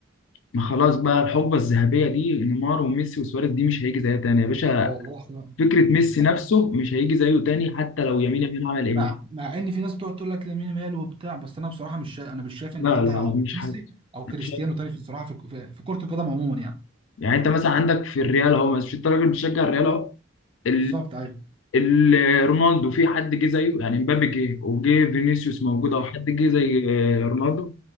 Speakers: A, on the left (about 75°); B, on the right (about 25°).
A: ما خلاص بقى الحقبه الذهبيه دي نيمار وميسي وسواريز دي مش هيجي زيها تاني يا باشا
B: اه والله احنا
A: فكره ميسي
B: بالظبط
A: نفسه مش هيجي زيه تاني حتى لو يمين يمين عمل ايه
B: مع مع ان في ناس بتقعد تقول لك لامين يامال وبتاع بس انا بصراحه مش شا... انا مش شايف ان
A: لا
B: حد
A: لا
B: هيعوض
A: لا مش
B: ميسي
A: حد
B: او
A: مش
B: كريستيانو
A: حد.
B: تاني في الصراحه في, في في كره القدم عموما يعني
A: يعني انت مثلا عندك في الريال اهو مش انت راجل بتشجع الريال اهو ال...
B: بالظبط ايوه
A: ال... رونالدو في حد جه زيه يعني مبابي جه وجه فينيسيوس موجود او حد جه زي آه، رونالدو